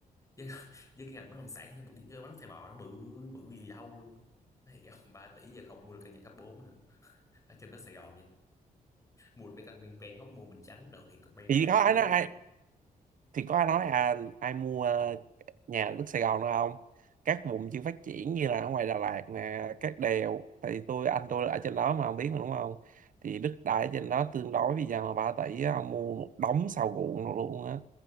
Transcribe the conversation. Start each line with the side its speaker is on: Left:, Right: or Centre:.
Left: với, với cái ngành bất động sản nó bự như cái bánh xe bò nó bự bự gì đâu luôn thì ông 3 tỷ giờ không mua được căn nhà cấp 4 nữa ở trên đất Sài Gòn nha mua được mấy căn ven ven hóc môn Bình Chánh rồi thì cũng may ra
Right: thì đó
Left: chứ
Right: nói thì có ai nói à ai mua ờ, nhà ở đất Sài Gòn nữa không các vùng chưa phát triển như là ở ngoài Đà Lạt nè các đèo thì tôi anh tôi ở trên đó mà không biết mà đúng không thì đất đai ở trên đó tương đối bây giờ mà 3 tỷ á, ông mua một đống sau ruộng rồi luôn á